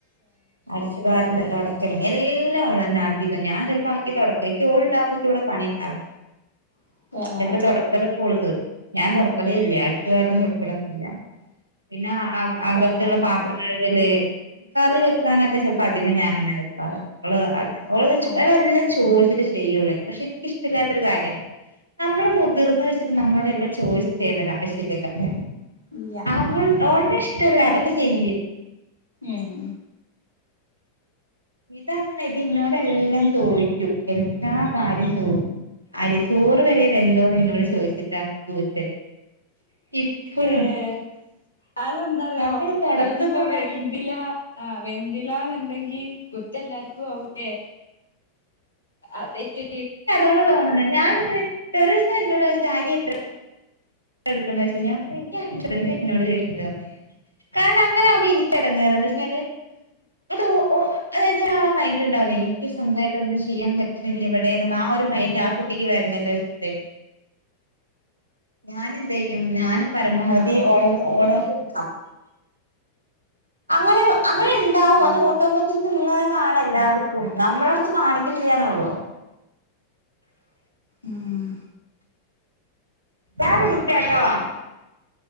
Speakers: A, on the right (about 80°); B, on the left (about 80°).
A: അടിച്ചുവാരലും തൊടക്ക എല്ലാം ഓളുതന്നെയധികം ഞാൻ ചിലപ്പോ ആദ്യംതുടക്കും, എനിക്ക് ഓളുണ്ടാകുപോളിവിടെ പണി ഉണ്ടാവില്ല
B: ഏ ഏ
A: പ്പോ
B: ഏ
A: തുടക്കലൊക്കെയോൾക്ക്, ഞാൻ തുടക്കണേയില്ല. അടിച്ചുവാരലും തുടക്കലൊന്നുല്ല. പിന്നെയകത്തുള്ള
B: ആഹ്
A: പാത്രം കഴുകല് കറിവയ് വയ്ക്കാനൊക്കെ ചെലപ്പോയധികം ഞാൻന്നെവെക്കാറ് അവള്..
B: ആഹ്
A: അവളെല്ലാം.. ചോദിച്ചിട്ട് ചെയ്യ ചെയ്യുള്ളൂ. പക്ഷേയെനിക്കിഷ്ടമില്ലാത്തയൊരു കാര്യണ്, നമ്മള് മുതിർന്നവരു നമ്മോടെല്ലാം ചോദിച്ചിട്ട്.. ചെയ്യുന്നൊരാവശ്യമില്ലല്ലോന്നേ..
B: ഇല്ല
A: അവൾ, ഓളുടെ ഇഷ്ടമല്ലേയതങ്ങ ചെയ
B: ഉം..
A: ഇതങ്ങനെയിതെന്നോടുഎല്ലാം ചോദിക്കും. എല്ലാ കാര്യവും ചോദി അരി, ചോറുവരെ വെന്തോന്നെന്നോടു ചോദിച്ചിട്ടാ ഊറ്റല് ഇപ്പഴും
B: ഏഹ്.. അതെന്താന്നറിയോ,
A: നമ്മള് തൊടക്കൊക്കെ
B: ഇനിയിപ്പോ
A: അങ്ങനെ
B: വെന്തില്ലാ
A: ചെയ്
B: ആഹ്... വെന്തില്ലാന്നുണ്ടെങ്കി കുറ്റല്ലാർക്കും ആവൂലേ അതേറ്റ്
A: ക്കതുകൊണ്ടാതോന്നണ് ഞാനിങ്ങനെ ഒരൂസന്നോടു ചോയിച്ചു അരിയെത്രയി എടുക്കണ്ടേന്നു ചോദിച്ചു. ഞാൻ പറഞ്ഞു നിന്റെയരിയല്ലേ യെ ന്തിനായെന്നോടു ചോദിക്കുന്നതെന്നു പറഞ്ഞുഞാൻ കാരണമങ്ങനെയാകു മ്പോളെനിക്കിടങ്ങേറാണെന്തവെച്ചാല് അത് ഓ... അതായതു ഒരാൾടെ മൈൻഡിൽ ഉണ്ടാവില്ലേ എനിക്ക് സ്വന്തമായിട്ട് ഒന്നും ചെയ്യാൻ പറ്റു ഇല്ലവിടേന്ന്, ആ ഒരു മൈന്റൊ കുട്ടിക്കുവരണ്ടല്ലോന്നു വിചാരിച്ചിട്ടെ ഞാനെന്തേയ്യും, ഞാനും പരമാവധിഓളോട്,
B: ആഹ് ശരിയാണ്
A: ഓളോട്... ട് അങ്ങനെയങ്ങനെയുണ്ടാവുമത്
B: ആഹ്
A: ഓട്ടോമാറ്റിക്ക ഉള്ളതാണെല്ലാവർക്കും. നമ്മുടെയടുത്ത് കാണിക്കുന്നില്ലാന്നേയുള്ളൂ
B: ഉം..
A: രാവിലെയീതേട്ടവാ